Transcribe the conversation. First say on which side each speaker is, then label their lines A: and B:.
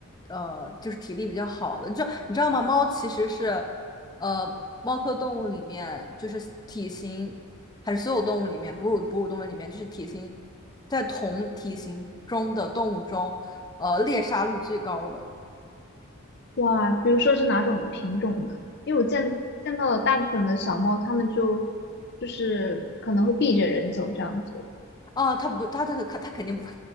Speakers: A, on the left; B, on the left.
A: 呃，就是体力比较好的。就你知道吗？猫其实是，呃，猫科动物里面，就是体型，还是所有动物里面，哺乳哺乳动物里面，就是体型在同体型中的动物中，呃，猎杀率最高的。
B: 哇，比如说是哪种品种呢？因为我见见到了大部分的小猫，它们就就是可能会避着人走这样子。
A: 哦，他不，他他他他肯定不会，